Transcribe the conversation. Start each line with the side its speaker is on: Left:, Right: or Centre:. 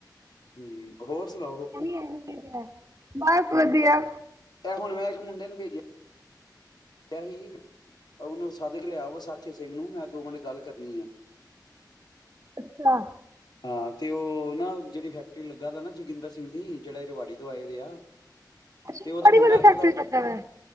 Left: ਹਂ ਹੋਰ ਸੁਣਾਓ?
Right: ਇਹੋ ਜਿਹੇ ਆ ਬਸ
Left: ਹਂ,
Right: ਵਧੀਆ
Left: ਏ ਇਹ ਹੁਣ ਮੈਂ ਇੱਕ ਮੁੰਡੇ ਨੂੰ ਭੇਜਿਆ ਏਹੀ! ਉਹਨੂੰ ਸੱਦਕੇ ਲਿਆ ਵਸਾਖੀ ਸਿੰਘ ਨੂੰ ਮੈਂ ਦੋ ਮਿੰਟ ਗੱਲ ਕਰਨੀ ਐ।
Right: ਅੱਛਾ।
Left: ਹਾਂ, ਤੇ ਉਹ ਨਾ ਜਿਹੜੀ ਫੈਕਟਰੀ ਲੱਗਾ ਦਾ ਨਾ ਜੋਗਿੰਦਰ ਸਿੰਘ ਦੀ ਜਿਹੜਾ ਰਵਾੜੀ ਤੋਂ ਆਏ ਦੇ ਆ।
Right: ਅੱਛਾ
Left: ਤੇ ਉਹਦਾ
Right: ਬੜੀ
Left: ਮੁੰਡਾ
Right: ਵਧੀਆ
Left: ਉਹਦਾ
Right: ਫੈਕਟਰੀ ਲੱਗਾ ਦਾ